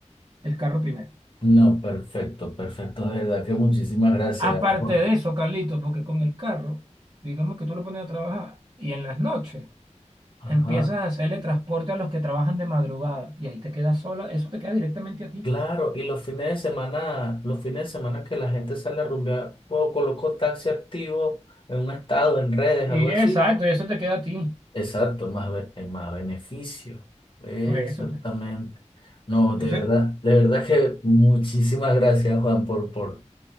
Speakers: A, on the right (about 40°); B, on the left (about 45°).
A: el carro primero.
B: No, perfecto, perfecto, de verdad que muchísimas gracias.
A: Aparte
B: Juan.
A: de eso, Carlitos, porque con el carro, digamos que tú lo pones a trabajar y en las noches
B: Ajá.
A: empiezas a hacerle transporte a los que trabajan de madrugada y ahí te quedas sola, eso te queda directamente a ti.
B: Claro, y los fines de semana, los fines de semana que la gente sale a rumbear, o colocó taxi activo en un estado, en redes,
A: Eh,
B: algo así.
A: exacto, y eso te queda a ti.
B: Exacto, más, be- eh, más beneficio. Exactamente.
A: Por eso.
B: No, de
A: Entonces,
B: verdad, de verdad que muchísimas gracias, Juan, por, por,